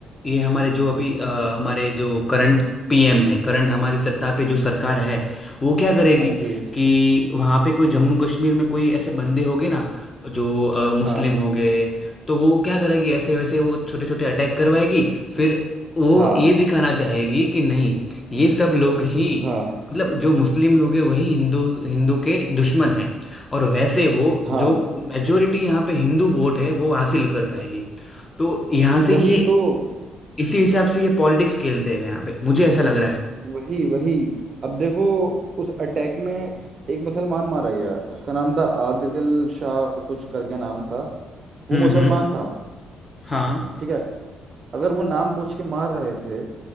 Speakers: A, on the left; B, on the right.
A: ये हमारे जो अभी अ, हमारे जो करंट पीएम है करंट हमारी सत्ता पे जो सरकार है वो क्या करेगी
B: हाँ जी
A: कि वहाँ पे कोई जम्मू कश्मीर में कोई ऐसे बंदे होंगे ना जो अ, मुस्लिम
B: हाँ
A: हो गए तो वो क्या करेगी ऐसे वैसे वो छोटे छोटे अटैक करवाएगी फिर वो
B: हाँ
A: ये दिखाना चाहेगी कि नहीं ये सब लोग ही
B: हाँ
A: मतलब जो मुस्लिम लोग हैं वही हिंदू हिंदू के दुश्मन है और वैसे वो
B: हाँ
A: जो मेजोरिटी यहाँ पे हिंदू वोट है वो हासिल कर पाएगी तो यहाँ से
B: वही
A: ये
B: तो
A: इसी हिसाब से ये पॉलिटिक्स खेलते हैं यहाँ पे मुझे ऐसा लग रहा है
B: वही वही अब देखो उस अटैक में एक मुसलमान मारा गया उसका नाम था आदिल शाह कुछ करके नाम था वो
A: हम्म
B: मुसलमान
A: हम्म
B: था
A: हाँ
B: ठीक है अगर वो नाम पूछ के मार रहे थे